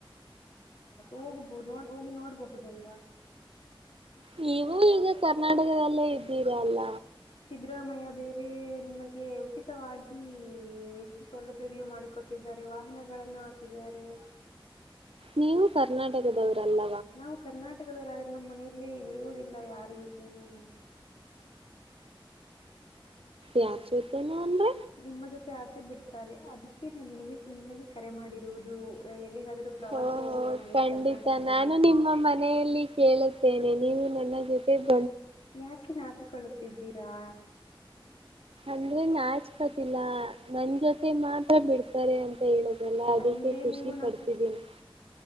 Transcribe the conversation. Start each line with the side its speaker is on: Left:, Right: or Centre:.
Left: ಹೋಗಬೋ ನ ಹೋಗಿ ನೋಡ್ಬಹುದಲ್ವಾ? <unintelligible>
Right: ನೀವು ಈಗ ಕರ್ನಾಟಕದಲ್ಲೇ ಇದ್ದೀರಲ್ಲ.
Left: ಸಿದ್ದರಾಮಯ್ಯ ಬೇರೆ ನಿಮಗೆ ಉಚಿತವಾಗಿ ಎಷ್ಟು ಸೌಲಭ್ಯಗಳು ಮಾಡಿಕೊಟ್ಟಿದ್ದಾರೆ ವಾಹನಗಳನ್ನು ಹಾಕಿದ್ದಾರೆ.
Right: ನೀವು ಕರ್ ಕರ್ನಾಟಕದವರಲ್ಲ.
Left: ನಾವು ಕರ್ನಾಟಕದವರಾದ್ರೆ ನಮ್ಮ ಮನೆಯಲ್ಲಿ ಬಿಡುವುದಿಲ್ಲ ಯಾರ ಜೊತೆನು.
Right: ಯಾರ್ ಜೊತೇನು ಅಂದ್ರ
Left: ನಿಮ್ಮ ಜೊತೆ ಆದ್ರೆ ಬಿಡ್ತಾರೆ ಅದಕ್ಕೆ ನಾ ನಿನಗೆ ನಿಮಗೆ ಕರೆ ಮಾಡಿ ದು ಎಲ್ಲಿಗಾದ್ರೂ ಪ್ರವಾಸ
Right: ಓಹೋ
Left: ಹೋಗೋಣವೇ
Right: ಖಂಡಿತ
Left: ಕರ್ನಾಟಕದಲ್ಲಿ
Right: ನಾನು
Left: ಅಂತ.
Right: ನಿಮ್ಮ ಮನೆಯಲ್ಲಿ ಕೇಳುತ್ತೇನೆ <unintelligible>
Left: ಯಾಕೆ ನಾಚಿಕೊಳ್ಳುತ್ತ ತಿದಿದ್ದಿರಾ.
Right: ಅಂದ್ರೆ ನಾಚ್ಕತಿಲ್ಲ. ನನ್ ಜೊತೆ ಮಾತ್ರ ಬಿಡ್ತಾರೆ ಅಂತ ಹೇಳುದಲ್ಲ ಅದಕ್ಕೆ
Left: ಅಂದ್ರೆ
Right: ಖುಷಿ
Left: ನೀವು
Right: ಪಡ್ತಿದ್ದೀನಿ.